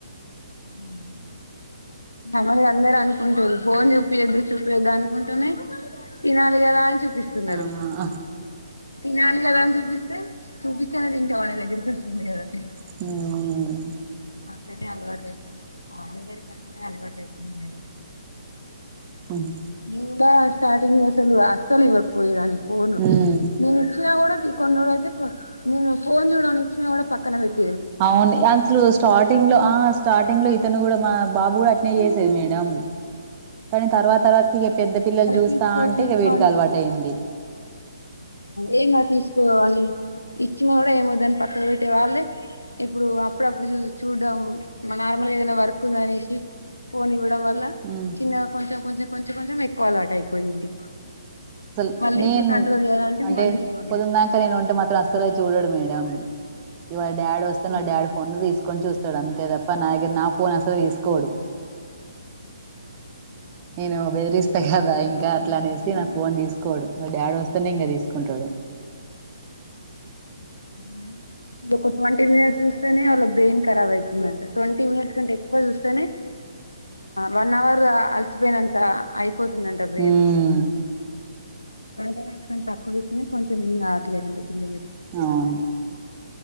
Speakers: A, on the left; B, on the right.
A: మ్మ్ హ్మ్ నమరే అందరన్ ఉంటుంది ఫోన్ చూపి యొద్దు చూ ను గానుకుంటునే తినాలి గదా అని చెప్ విస్తున్నరు
B: ఆ
A: తినాలి కదా అని చూపిస్తే చూపి కాయ తింటావా ను దగ్గరికొస్తుంది కదా
B: మ్మ్
A: ఇట్లనే అలవాటై అందరికీ అన్నీ అలవాటైతున్నాయ్
B: ఔన్
A: ను గూడా స్టార్టింగ్ వసలు అస్సలి ఇవ్వకపోయె దానివి పోను
B: ఉమ్
A: నువ్ ఇచ్చినా కూడా ది కొన్నిోడు అయితే నేను ఫోన్ చూడాలని ఇచ్చిన కూడా పక్కన పెట్
B: అవును అసలు స్టార్టింగ్ లో ఆ స్టార్టింగ్ లో ఇతను కూడా మా బాబు కూడా ్యే సర మేడం కానీ తర్వాత తర్వాతకి ఇక పెద్ద పిల్లలు చూస్తా
A: తీసుకో
B: అంటే
A: తీసుకో
B: ఇక వీడికి
A: అనిస్తే
B: అలవాటు అయింది
A: ఏం కా తీసుకోాలని ఇచ్చినా కూడా ఏమో దాని పక్కకు పెట్టే వాళ్ళే ఇప్పుడు అప్పుడప్పుడు చూ చూడడం నార్మల్గా ఏదైనా వర్క్ ఉంద అనేసి ఫోన్ ఇవ వల్ల
B: ఉమ్,
A: చిన్న కొంచెం కొంచెం కొంచె కొంచెం అలవాటు అయిపోయింది
B: సల్
A: మళ్ళీ
B: నేను
A: ఇప్పుడు కంట్రోల్ చేయాలంటే
B: అంటే
A: మళ్ళీ ఫోను
B: పొద్ందాక నేను ఉంటే మాత్రం అసలు చూడడు మేడం ఇ డాడ వస్తే
A: ఉ
B: డాడ ఫోన్ ను తీసుకు కొని చూస్తాడు అంతే తప్ప నా దగ్గర నా ఫోన్ అసలు తీసుకోడు నేను బెదిరిస్తా కదా
A: అవును,
B: ఇంకా అట్లా అనేసి
A: నిజంగానే.
B: నాకు ఫోన్ తీసుకోడు డాడ వస్త సత్తనీయంగా తీసుకుంటాడు
A: అ ఒక ట్వంటీ మినిట్స్ చూస్తేనే వాళ్ళ బ్రెయిన్ రాబ్ అయితుందింట ట్వంటీ మినిట్స్ కంటే ఎక్కువ చూస్త వన్ అవర్ అ బేనంతా ఆయి పోతున్నాంట బేను
B: ఉమ్,
A: అంటే ఇం తక్కువ విచ్చిన కొంచెం ఏం ఆట్లేదండి ఇ
B: అవును